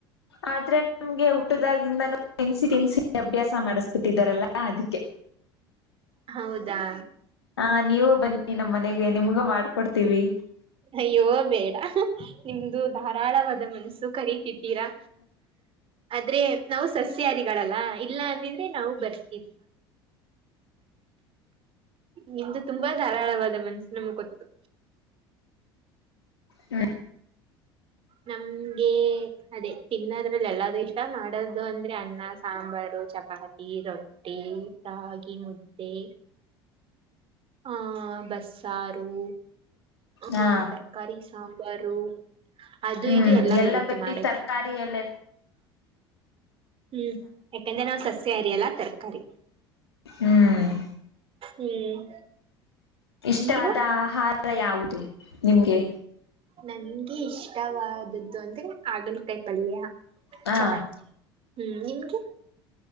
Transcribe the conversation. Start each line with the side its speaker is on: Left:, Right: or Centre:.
Left: ಆದ್ರೆ ನಮ್ಗೆ ಹುಟದಾಗಿಂದನ ತಿನ್ಸಿ ತಿನ್ಸಿ ಅಭ್ಯಾಸ ಮಾಡಿಸುಬಿಟ್ಟಿದಾರಲ್ಲಾ ಅದಕ್ಕೆ.
Right: ಹೌದಾ
Left: ಹಾ ನೀವು ಬನ್ನಿ ನಮ್ಮ್ ಮನೆಗೆ ನಿಮ್ಗ ಮಾಡ್ಕೊಡ್ತೀವಿ.
Right: ಅಯ್ಯೋ ಬೇಡ ನಿಮ್ದು ಧಾರಾಳವಾದ ಮನಸ್ಸು ಕರಿತಿದ್ದೀರಾ. ಆದ್ರೆ ನಾವು ಸಸ್ಯಾರಿಗಳಲ್ಲ ಇಲ್ಲ ಅಂದಿದ್ರೆ ನಾವು ಬರ್ತಿದ್ವಿ. ನಿಮ್ದು ತುಂಬಾ ಧಾರಾಳವಾದ ಮನಸ್ಸು ನಮ್ಗ್ಗೊತ್ತು.
Left: ಹ್ಮ
Right: ನಮ್ಗೆ ಅದೇ ತಿನ್ನದ್ರಲ್ಲಿ ಎಲ್ಲಾದೂ ಇಷ್ಟ ಮಾಡೋದು ಅಂದ್ರೆ ಅನ್ನ ಸಾಂಬಾರು ಚಪಾತಿ ರೊಟ್ಟಿ ರಾಗಿ ಮುದ್ದೆ ಹ ಬಸ್ಸಾರು ಹ
Left: ಹಾ
Right: ತರಕಾರಿ ಸಾಂಬ ಬರು ಅದು
Left: ಹ್ಮ್
Right: ಇದು ಎಲ್ಲಾ
Left: ಎಲ್ಲ
Right: ಬರುತ್ತೆ
Left: ಬರೀ
Right: ಮಾಡಕ್ಕೆ.
Left: ತರಕಾರಿ ಎಲ್ಲ
Right: ಹ್ಮ್ ಯಾಕಂದ್ರೆ ನಾವ್ ಸಸ್ಯ ಹಾರಿ ಅಲ್ಲಾ ತರಕಾರಿ.
Left: ಹ್ಮ್
Right: ಹ್ಮ್
Left: ಇಷ್ಟವಾದ
Right: ನೀವು
Left: ಆಹಾರ ಯಾವುದು ನಿಮ್ಗೆ
Right: ನನ್ಗೆ ಇಷ್ಟವಾದದ್ದು ಅಂದ್ರೆ ಹಾಗಲಕಾಯ ಪಲ್ಯ.
Left: ಹಾ
Right: ಚಪಾತಿ ಹ್ಮ್ ನಿಮ್ಗೆ.